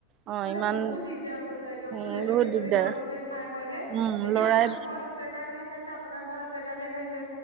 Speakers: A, on the right; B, on the right.
A: অ
B: মানে
A: ইমান
B: বহুত দিগদাৰ হৈ যায় দিয়কচোন
A: উম
B: এনেকে
A: বহুত
B: যদি
A: দিগদাৰ
B: তেওঁলোকে খাই হয় নে
A: উম
B: এতিয়া
A: লৰাই
B: আমাৰ ঘৰত আছে কাৰণেহে খাইছে, আপোনাৰ ঘৰত আছে কাৰণেহে খাইছে।